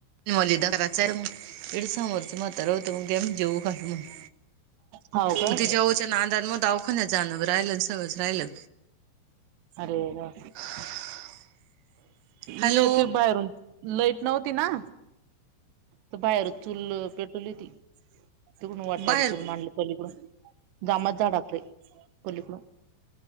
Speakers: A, on the right (about 90°); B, on the right (about 70°).
A: दिवाळी दाराची हाय मग हित समोरच म्हातारं होत मग जेऊ घालू म्हणलं
B: हाव का
A: मग तिच्या ओच्या नाद म दवाखान्यात जाणं बी राहिलं सगळंच राहिलं.
B: अरे. राम
A: <inaudible> हॅलो
B: मी येते बाहेरून लईट नव्हती ना. तर बाहेरच चूल पेटवली ती तिकडून वाट्यावर
A: बाहेर
B: चूल मांडली पलीकडून जांभळाच्या झाडाखाली पलीकडून